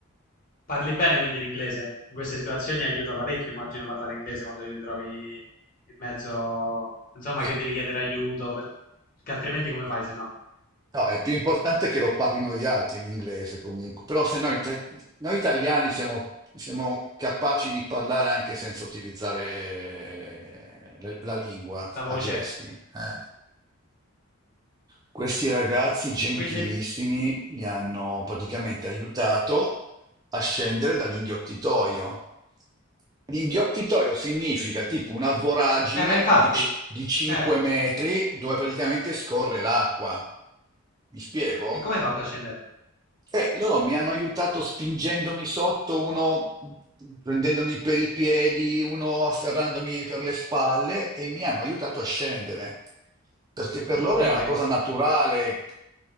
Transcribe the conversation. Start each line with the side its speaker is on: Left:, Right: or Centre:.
Left: Parli bene quindi l'inglese? In queste situazioni aiuta parecchio, immagino, parlare inglese quando ti trovi in mezzo, insomma,
Right: E
Left: che devi chiedere aiuto, perché, perché altrimenti come fai se no?
Right: No, è più importante che lo parlino gli altri l'inglese comunque, però se noi, tra- noi italiani siamo, siamo capaci di parlare anche senza utilizzare eh, le- la lingua
Left: La
Right: a
Left: voce.
Right: gesti. eh. Questi ragazzi gentilissimi
Left: E quindi? Eh,
Right: mi hanno praticamente aiutato a scendere dall'inghiottitoio. L'inghiottitoio significa tipo una voragine
Left: ma infatti.
Right: di, ci- di 5
Left: Eh,
Right: metri dove praticamente scorre l'acqua. Mi spiego?
Left: e come hai fatto a scendere?
Right: Eh, loro mi hanno aiutato spingendomi sotto, uno prendendomi per i piedi, uno afferrandomi per le spalle e mi hanno aiutato a scendere, perché per loro
Left: Oddio,
Right: era una
Left: che
Right: cosa naturale